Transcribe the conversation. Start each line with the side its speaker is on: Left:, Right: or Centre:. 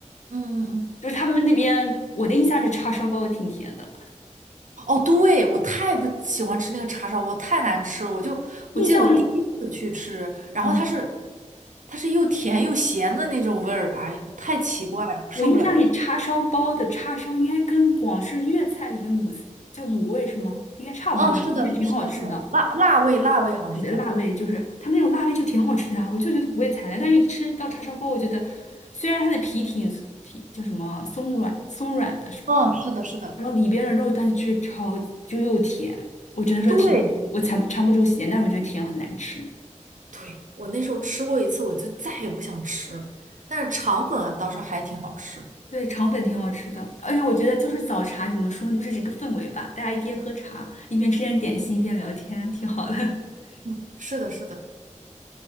Right: 嗯嗯嗯。
Left: 就是他们那边我的印象是叉烧包挺甜的，
Right: 哦，对，我太不喜欢吃那个叉烧我太难吃了。我就我记得我第一次去吃，
Left: 印象里
Right: 然后它是。
Left: 嗯，
Right: 它是又甜又咸的那种味儿，哎呦，太奇怪了，受不了。
Left: 我印象里叉烧包的叉烧应该跟广式粤菜里面卤叫卤味是吗？应该差不多的，
Right: 嗯，是的，
Left: 因为挺好吃的。
Right: 是的，是的，辣辣味，辣味好像是叫。
Left: 的辣味，就是他们那种辣味就挺好吃的啊，我就觉得不会踩雷。但是一吃到叉烧包，我觉得虽然它的皮挺挺叫什么松软松软的是吧？
Right: 嗯，是的，是的，
Left: 然后里边的肉，但是却超级就又甜，我只能说甜，
Right: 对，
Left: 我尝尝不住咸，但是我觉得甜很难吃。
Right: 对，我那时候吃过一次，我就再也不想吃了。但是肠粉啊倒是还挺好吃。
Left: 对，肠粉挺好吃的，而且我觉得就是早茶怎么说呢，就是一个氛围吧，大家一边喝茶，一边吃点点心，一边聊天，挺好的。<laughs>
Right: 嗯，是的，是的，